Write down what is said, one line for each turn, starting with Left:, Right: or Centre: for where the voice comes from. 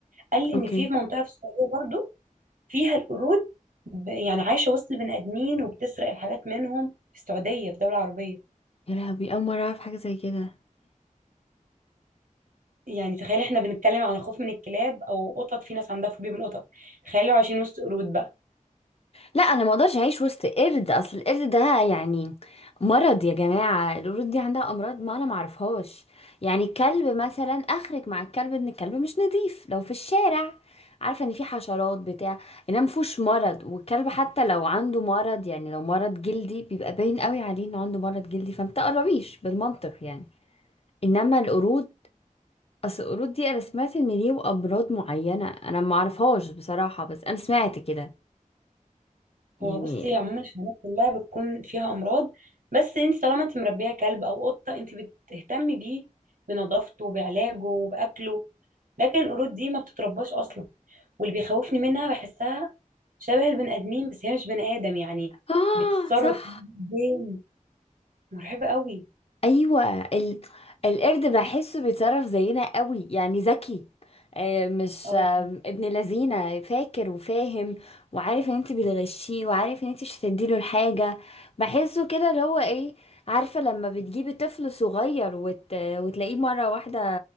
Right: قال لي ان
Left: اوكي
Right: في منطقه في السعوديه برضو فيها القرود ب- يعني عايشه وسط البني ادمين وبتسرق الحاجات منهم في السعوديه في دوله عربيه
Left: يا لهوي اول مره اعرف حاجه زي كده
Right: يعني تخيل احنا بنتكلم على خوف من الكلاب او قطط في ناس عندها فوبيا من القطط تخيلوا عايشين وسط قرود بقى
Left: لا انا ما اقدرش اعيش وسط قرد اصل القرد ده يعني مرض يا جماعه القرود دي عندها امراض ما انا ما اعرفهاش يعني الكلب مثلا اخرج مع الكلب ان الكلب مش نظيف لو في الشارع عارفه ان في حشرات بتاع انما مفهوش مرض والكلب حتى لو عنده مرض يعني لو مرض جلدي بيبقى باين قوي عليه انه عنده مرض جلدي فما تقربيش بالمنطق يعني انما القرود اصل القرود دي انا سمعت ان ليه امراض معينه انا ما اعرفهاش بصراحه بس انا سمعت كده يعني
Right: هو بصي عموما الحيوانات كلها بتكون فيها امراض بس انت طالما انت مربيه كلب او قطه انت بتهتمي بيه بنظافته وبعلاجه وباكله لكن القرود دي ما بتترباش اصلا واللي بيخوفني منها بحسها شبه البني ادمين بس هي مش بني ادم يعني
Left: اه
Right: بتتصرف
Left: صح
Right: زين مرعبه قوي
Left: ايوه ال... القرد بحسه بيتصرف زينا قوي يعني ذكي آه، مش
Right: اه
Left: آه، ابن لذينه فاكر وفاهم وعارف ان انت بتغشيه وعارف ان انت مش هتديله الحاجه بحسه كده اللي هو ايه عارفه لما بتجيبي طفل صغير وت... وتلاقيه مره واحده